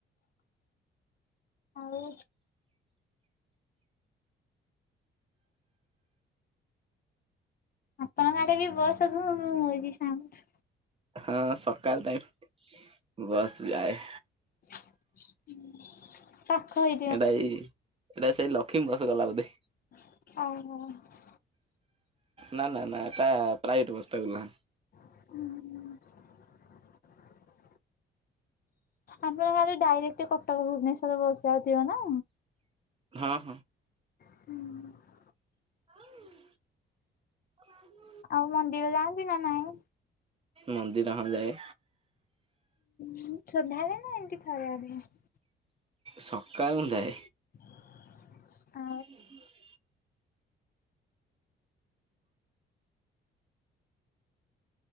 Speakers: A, on the left (about 50°); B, on the right (about 30°).
A: ଆଉ ଆପଣଙ୍କ ଆଡେ ବି <unintelligible> ହଉଚି ସାଉଣ୍ଡ୍।
B: ହଁ ସକାଳ ଟାଇମ୍ ବସ୍ ଯାଏ।
A: <inaudible> <unintelligible>
B: ଏଇଟା ଏଇ, ଏଇଟା ସେଇ ଲକ୍ଷ୍ମୀ ବସ୍ ଗଲା ବୋଧେ?
A: <inaudible>
B: ନା ନା ନା ଏଟା ପ୍ରାଇଭେଟ୍ ବସ ଟା ଗଲା।
A: <inaudible> ଆପଣଙ୍କ ଆଡେ ଡାଇରେକ୍ଟ କଟକ ଭୁବନେଶ୍ଵର ବସ ଯାଉଥିବ ନା?
B: ହଁ, ହଁ।
A: <inaudible>
B: <inaudible>
A: ଆଉ ମନ୍ଦିର ଯାଆନ୍ତି ନା ନାଇଁ?
B: ମନ୍ଦିରଁ ଯାଏ
A: ହଁ ସଧ୍ୟାଲେ ନା? <unintelligible>
B: ସକାଳୁ ଯାଏ।
A: <inaudible>
B: <inaudible>